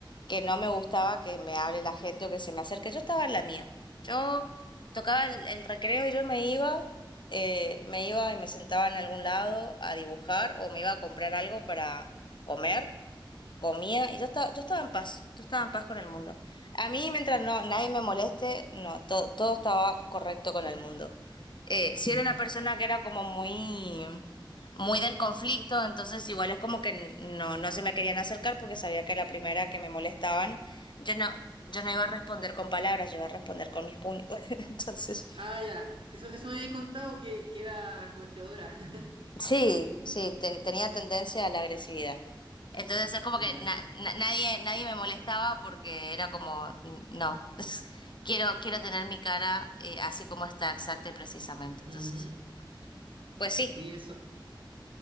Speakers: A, on the left; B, on the right.
A: que no me gustaba que me hable la gente o que se me acerque. Yo estaba en la mía. Yo tocaba el, el recreo y yo me iba eh, me iba y me sentaba en algún lado a dibujar o me iba a comprar algo para comer, comía y yo estaba, yo estaba en paz, yo estaba en paz con el mundo. A mí, mientras no, nadie me moleste, no, to- todo estaba correcto con el mundo. Eh, si
B: Ujú.
A: era una persona que era como muy, muy del conflicto, entonces igual es como que no, no se me querían acercar porque sabía que la primera que me molestaban, yo no, yo no iba a responder con palabras, yo iba a responder con mis puños. <laughs> Entonces...
B: Ah, ya. Sí, eso, eso me habéis contado que, que era golpeadora. <laughs>
A: Sí, sí, ten- tenía tendencia a la agresividad. Entonces es como
B: Ya.
A: que na- na- nadie, nadie me molestaba porque era como, "Mm, no, <laughs> quiero, quiero tener mi cara eh, así como está, exacta y precisamente. Entonces,
B: Ujú.
A: pues sí,
B: Sí, eso,